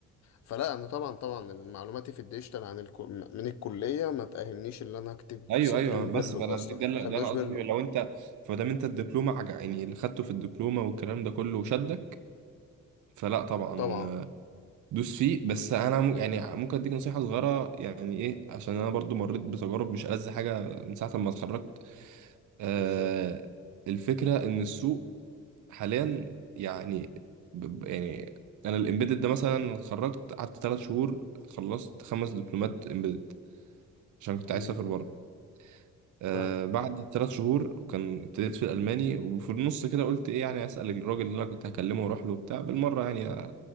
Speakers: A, on the left (about 65°); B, on the right (about 75°).
A: فلا انا طبعا طبعا معلوماتي في الديجيتال عن الكو... من الكليه ما تاهلنيش ان انا اكتب
B: ايوه
A: سطرين
B: ايوه بس
A: فيرلوج
B: فانا
A: اصلا
B: ده ده اللي
A: ما خدناش
B: ده اللي قصدي
A: فيرلوج
B: فيه لو انت فدام انت الدبلومه عجع يعني اللي خدته في الدبلومه والكلام ده كله شدك فلا طبعا
A: طبعا
B: دوس فيه بس انا مو- يعني ممكن اديك نصيحه صغيره يعني ايه عشان انا برضو مريت بتجارب مش ألذ حاجه من ساعه ما اتخرجت آه
A: بالظبط
B: الفكره ان السوق حاليا يعني ب- ب- يعني انا الامبيدد ده مثلا اتخرجت قعدت ثلاث شهور خلصت خمس دبلومات امبيدد عشان كنت
A: امم
B: عايز اسافر بره آه
A: فاهم
B: بعد ثلاث شهور كان ابتديت في الالماني وفي النص كده قلت ايه يعني اسال الراجل اللي انا كنت هكلمه واروح له بتاع بالمره يعني